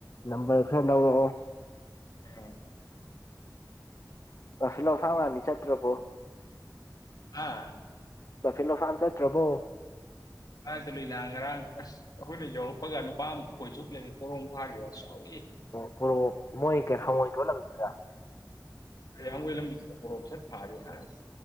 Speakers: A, on the left; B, on the left.
A: ꯅꯝꯕꯔ ꯈꯔ ꯂꯧꯔꯛꯑꯣ꯫
B: ꯎ꯫
A: ꯑꯐꯤꯜ ꯂꯣ ꯐꯥꯡꯉꯅꯤ ꯆꯠꯇ꯭ꯔꯕꯣ꯫
B: ꯍꯥ ꯉꯔꯥꯡ
A: ꯗꯐꯤꯂꯣ ꯐꯥꯝ ꯆꯠꯇꯔ꯭ꯕꯣ꯫
B: ꯑꯗ ꯂꯨꯅꯥ ꯉꯔꯥꯡ ꯑꯁ ꯑꯩꯈꯣꯏꯅ ꯌꯧꯔꯛꯄꯒ ꯅꯨꯄꯥ ꯑꯃ ꯈꯣꯏ ꯆꯣꯞꯄꯒ ꯂꯩꯔꯝꯃꯦ ꯄꯣꯔꯣꯝ ꯐꯥꯈꯤꯕꯁꯨ ꯆꯥꯎꯎꯏꯦ꯫
A: ꯑꯣ ꯄꯨꯔꯣ ꯃꯣꯏ ꯍꯪꯉꯣꯏꯗꯣꯏ ꯂꯪꯈꯤꯗ꯭ꯔꯥ꯫
B: ꯍꯪꯌꯥꯡꯒꯣꯏ ꯂꯪꯕꯁꯤꯗ ꯄꯣꯔꯣꯛꯞ ꯁꯠ ꯐꯥꯒꯦ ꯑꯁ꯫